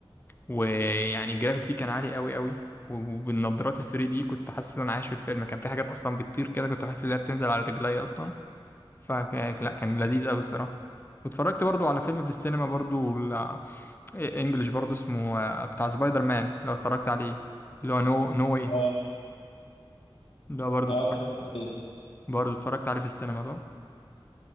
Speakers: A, on the left; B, on the left.
A: ويعني الجرافيك فيه كان عالي قوي قوي وبالنظارات ال 3D كنت حاسس إن أنا عايش في الفيلم كان في حاجات أصلا بتطير كده كنت حاسس إن هي بتنزل على رجلي أصلا فلا كان لذيذ قوي الصراحه واتفرجت برضو على فيلم في السينما برضو ال- انجلش برضو اسمه آه، بتاع سبايدر مان لو اتفرجت عليه اللي هو نو نو واي
B: اه
A: هو ده برضو
B: اه
A: اتفرجت-
B: اتفرجت عليه
A: برضو اتفرجت عليه في السينما ده